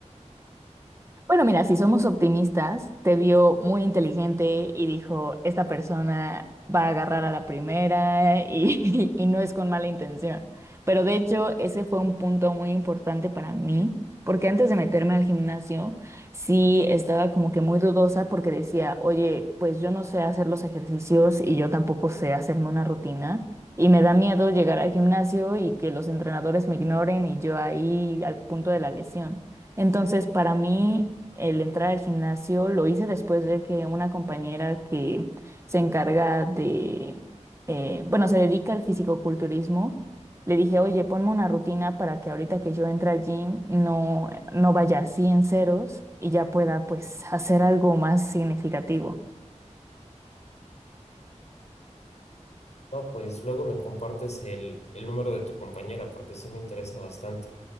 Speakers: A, on the right; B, on the left.
A: Bueno, mira, si somos optimistas, te vio muy inteligente y dijo, esta persona va a agarrar a la primera y, <laughs> y no es con mala intención. Pero de hecho, ese fue un punto muy importante para mí, porque antes de meterme al gimnasio, sí estaba como que muy dudosa porque decía, oye, pues yo no sé hacer los ejercicios y yo tampoco sé hacerme una rutina. Y me da miedo llegar al gimnasio y que los entrenadores me ignoren y yo ahí al punto de la lesión. Entonces, para mí, el entrar al gimnasio lo hice después de que una compañera que se encarga de, eh, bueno, se dedica al fisicoculturismo, le dije, oye, ponme una rutina para que ahorita que yo entre al gym no, no vaya así en ceros y ya pueda pues hacer algo más significativo.
B: No, pues luego me compartes el, el número de tu compañera porque sí me interesa bastante.